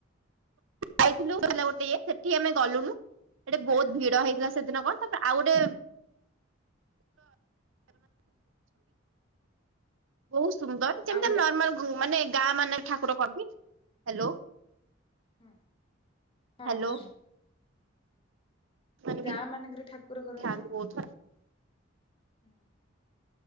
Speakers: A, on the right; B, on the left.
A: ଯାଇଥିଲୁ ଗୋଟେ ଇଏ ସେଠି ଆମେ ଗଲୁନୁ ସେଠି ବହୁତ ଭିଡ ହେଇଥିଲା ସେଦିନ କଣ ତାପରେ ଆଉ ଗୋଟେ ବହୁ <unintelligible> ସୁନ୍ଦର ଯେମିତି
B: ଆଉ ଗୋଟେ
A: ନର୍ମାଲ ଗୁ ମାନେ ଗାଁ ମାନେ ଠାକୁର କନ୍ତି ହ୍ୟାଲୋ
B: ହୁଁ ହଁ
A: ହ୍ୟାଲୋ
B: ହଁ ।
A: ମାନେ
B: ଗାଁ
A: ବି
B: ମାନଙ୍କରେ ଠାକୁର କରନ୍ତି
A: ଥାଆନ୍ତି
B: ।
A: ବହୁତ
B: ହୁଁ ।